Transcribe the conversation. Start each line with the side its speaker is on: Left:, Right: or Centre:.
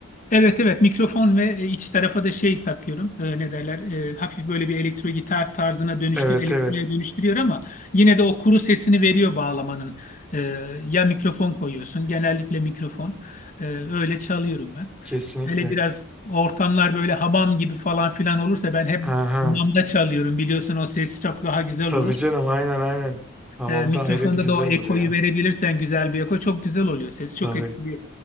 Left: Evet evet mikrofon ve e, iç tarafa da şey takıyorum E, ne derler E, hafif böyle bir elektro gitar tarzına dönüştür
Centre: Evet
Left: elektriğe
Centre: evet.
Left: dönüştürüyor ama yine de o kuru sesini veriyor bağlamanın E, ya mikrofon koyuyorsun genellikle mikrofon E, öyle çalıyorum ben.
Centre: Kesinlikle.
Left: Hele biraz ortamlar böyle hamam gibi falan filan olursa ben hep
Centre: Aha.
Left: hamamda çalıyorum biliyorsun o ses çok daha güzel
Centre: Tabii
Left: olur.
Centre: canım aynen aynen. Hamamda
Left: E, e, mikrofonda
Centre: ayrı bir güzel
Left: da o ekoyu
Centre: olur ya.
Left: verebilirsen güzel bir eko çok güzel oluyor ses
Centre: Tabii.
Left: çok etkili